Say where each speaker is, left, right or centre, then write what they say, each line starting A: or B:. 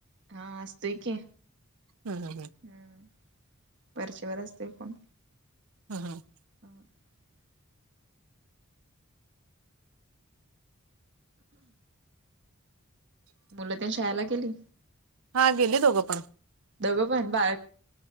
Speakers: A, on the right; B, on the right.
A: हा असतोय की
B: हम्म हम्म
A: हम् वरचीवर असतोय फोन.
B: <unintelligible>
A: <inaudible> मुलं तेन शाळेला गेली?
B: हा गेली दोघं पण.
A: दोघं पण बा